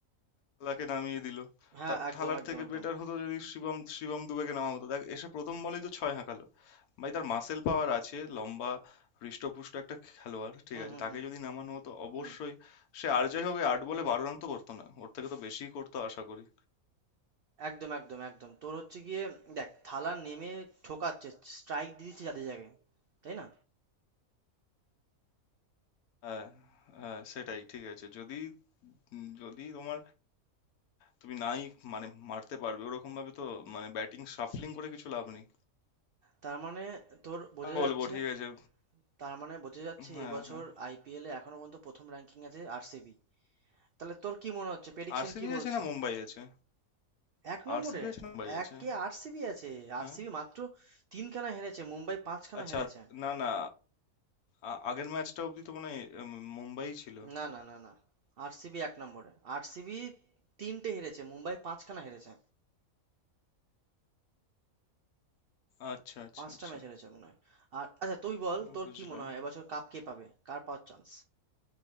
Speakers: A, on the left (about 85°); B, on the right (about 65°).
A: থালাকে নামিয়ে দিল
B: হ্যাঁ
A: তা
B: একদম
A: থালার
B: একদম
A: থেকে
B: একদম
A: বেটার হতো যদি শিবম শিবম দুবেকে নামা হতো দেখ এসে প্রথম বলেই তো ছয় হাঁকালো ভাই তার মাসেল পাওয়ার আছে লম্বা হৃষ্টপুষ্ট একটা খেলোয়াড় ঠিক
B: হুম
A: আছে
B: হুম
A: তাকে
B: হুম
A: যদি নামানো হতো অবশ্যই
B: হুম
A: সে আর যাই হোক এই আট বলে বারো রান তো করতো না ওর থেকে তো বেশিই করতো আশা করি
B: একদম, একদম, একদম। তোর হচ্ছে গিয়ে দেখ থালা নেমে ঠোকাচ্ছে, স্ট্রাইক দিয়ে দিচ্ছে যাদের জায়গায়, তাই না?
A: হ্যাঁ হ্যাঁ সেটাই ঠিক আছে যদি উম, যদি তোমার তুমি নাই মানে মারতে পারবে ওরকম ভাবে তো মানে ব্যাটিং শাফলিং করে কিছু লাভ নেই
B: তার মানে তোর বোঝা
A: আর
B: যাচ্ছে
A: বলবো ঠিক আছে
B: তার মানে বোঝা যাচ্ছে
A: হ্যাঁ
B: এবছর
A: হ্যাঁ
B: আইপিএলে এখনো পর্যন্ত প্রথম র্যাঙ্কিং আছে আরসিবি তাহলে তোর কি মনে হচ্ছে প্রেডিকশন
A: আরসিবি
B: কি বলছে
A: আছে না মুম্বাই আছে
B: এক নম্বরে
A: আরসিবি আছে না মুম্বাই আছে
B: একে আরসিবি আছে
A: হ্যাঁ?
B: আরসিবি মাত্র তিনখানা হেরেছে মুম্বাই পাঁচখানা
A: আচ্ছা
B: হেরেছে
A: না না আ- আগের ম্যাচটা অবধি তো মনে হয় উম, মুম্বাই ছিল
B: না না না না আরসিবি এক নম্বরে আরসিবি তিনটে হেরেছে মুম্বাই পাঁচখানা হেরেছে
A: আচ্ছা আচ্ছা
B: পাঁচটা
A: আচ্ছা
B: ম্যাচ হেরেছে মনে হয় আর আচ্ছা তুই বল তোর
A: বুঝলাম
B: কি মনে হয় এবছর কাপ কে পাবে কার পাওয়ার চান্স